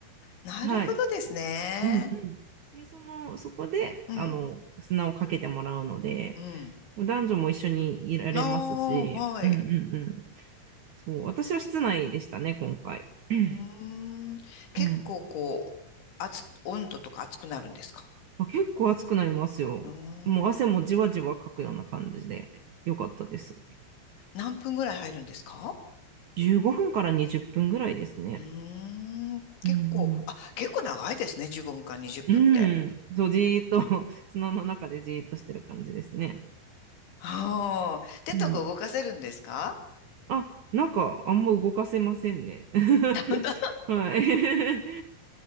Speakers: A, on the left; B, on the right.
A: なるほどですね。
B: はい。うんうん。で、その、そこで、
A: うん、
B: あの、砂をかけてもらうので、
A: うん。
B: 男女も一緒にいられますし、
A: ああ、はい。
B: うんうんうん。そう、私は室内でしたね、今回。<clears throat>
A: うーん。結構こう、
B: うん。
A: 熱、温度とか熱くなるんですか
B: まあ、結構暑くなりますよ。
A: うー
B: もう汗もじわじわかくような感じで、
A: ん。
B: よかったです。
A: 何分ぐらい入るんですか
B: 15分から20分ぐらいですね。
A: うーん。結構、
B: うん
A: あ、結構長いですね。15分から20分っぷんって。
B: うん。うん。そう、じーっと、<laughs> 砂の中でじーっとしてる感じですね。
A: ああ。手とか動かせるんですか
B: うん。あ、なんか、あんま動かせませんね。<laughs>
A: 本当
B: はい。